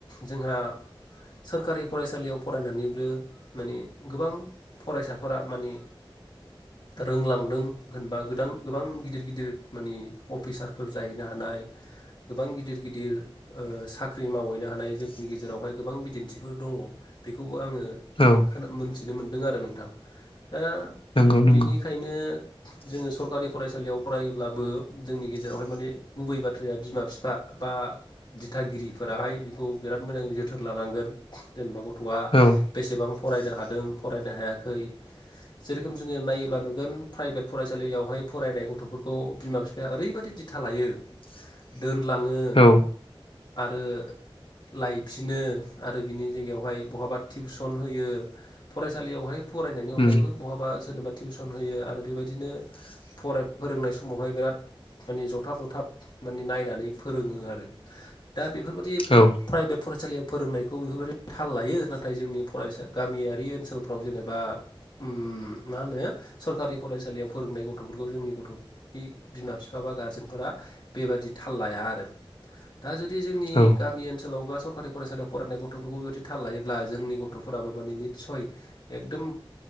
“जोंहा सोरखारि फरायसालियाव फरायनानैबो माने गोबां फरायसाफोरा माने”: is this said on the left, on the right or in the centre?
Left